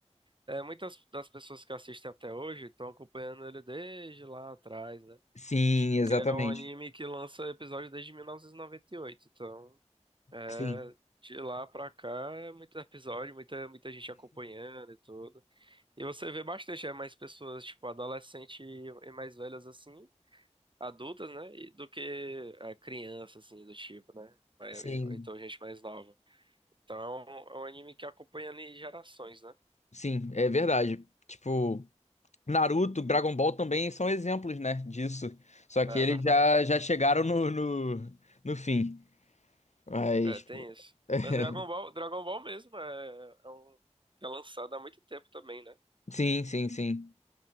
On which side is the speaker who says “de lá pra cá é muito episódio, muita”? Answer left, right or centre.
Right